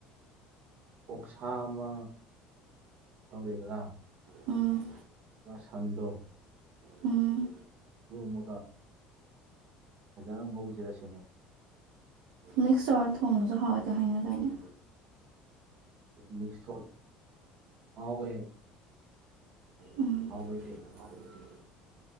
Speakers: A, on the right; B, on the right.
A: ꯑꯣꯛꯁꯥ ꯑꯃ ꯇꯧꯔꯦꯗꯔ
B: ꯎꯝ
A: ꯁꯥꯟꯗꯣꯛ
B: ꯎꯝ
A: ꯗꯨꯃꯒ ꯐꯖꯅ ꯉꯧꯁꯤꯔꯥ ꯁꯤꯅꯤ
B: ꯃꯤꯛꯁ ꯇꯧꯔ ꯊꯣꯡꯕꯁꯨ ꯍꯥꯎꯋꯦꯀ ꯍꯥꯏꯅ ꯑꯗꯨꯃꯥꯏꯅ
A: ꯃꯤꯛꯁ ꯍꯧꯎꯌꯦ
B: ꯎꯝ
A: ꯍꯥꯎꯕꯗꯤ
B: <unintelligible>